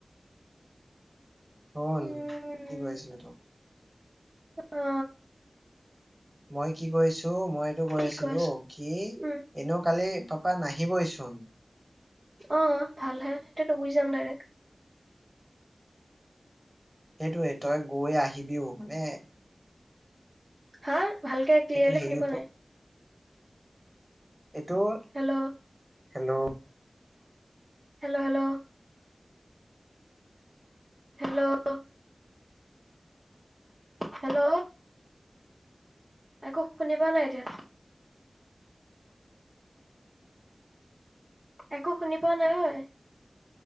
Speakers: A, on the right; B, on the right.
A: শুন,
B: উম
A: কি কৈ আছিলো তোক
B: অ
A: মই কি কৈ আছো, মই এইটো কৈ
B: কি
A: আছিলো
B: আছো
A: কি,
B: উম
A: এনেও কালি তপা নাহিবৈ চোন।
B: অ', ভাল হে। তেতিয়া তো গুজি যাম ডাইৰেক্ট।
A: সেইটোয়ে, তই গৈ আহিবিও মানে
B: হা? ভালকে ক্লিয়াৰলি
A: সেইটো হেৰি
B: শুনি
A: ওপ
B: পোৱা নাই।
A: এইটোৰ।
B: Hello
A: hello.
B: Hello, hello. Hello, hello. একো শুনি পোৱা নাই এতিয়া। একো শুনি পোৱা নাই, ঐ।